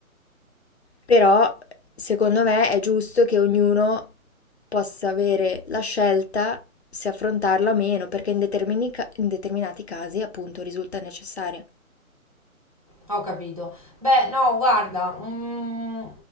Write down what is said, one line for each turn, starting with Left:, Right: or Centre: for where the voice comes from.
Left: Però secondo me è giusto che ognuno possa avere la scelta se affrontarla o meno, perché in determini ca- in determinati casi appunto risulta necessaria.
Right: Ho capito. Beh, no, guarda, mm,